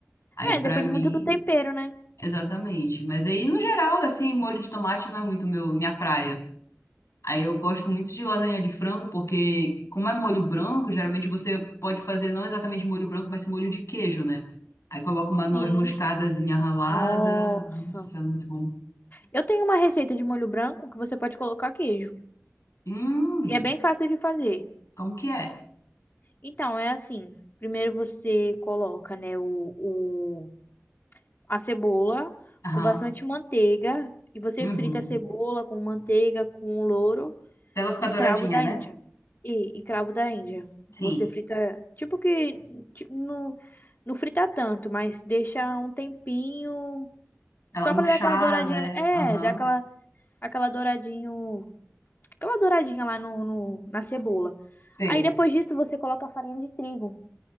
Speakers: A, on the left (about 75°); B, on the left (about 40°).
A: Aí, pra
B: É, depende
A: mim,
B: muito do tempero, né?
A: exatamente. Mas aí, no geral, assim, molho de tomate não é muito meu, minha praia. Aí eu gosto muito de lasanha de frango, porque como é molho branco, geralmente você pode fazer não exatamente molho branco, mas sim molho de queijo, né? Aí coloca uma noz
B: Sim.
A: moscadazinha ralada.
B: Nossa.
A: Nossa, muito bom.
B: Eu tenho uma receita de molho branco que você pode colocar queijo.
A: Hum,
B: E é bem fácil de fazer.
A: como que é?
B: Então, é assim. Primeiro você coloca, né, o, o, a cebola
A: Aham.
B: com bastante manteiga. E você
A: Uhum.
B: frita a cebola com manteiga, com louro.
A: Pra ela ficar
B: E
A: douradinha,
B: cravo da
A: né?
B: Índia. E, e cravo da Índia.
A: Sim.
B: Você frita, tipo que ti- não, não frita tanto, mas deixa um tempinho
A: Ela
B: só
A: murchar,
B: pra dar aquela douradinha.
A: né?
B: né? É,
A: Aham.
B: dar aquela, aquela douradinho, aquela douradinha lá no, no- na cebola.
A: Sei.
B: Aí depois disso você coloca a farinha de trigo.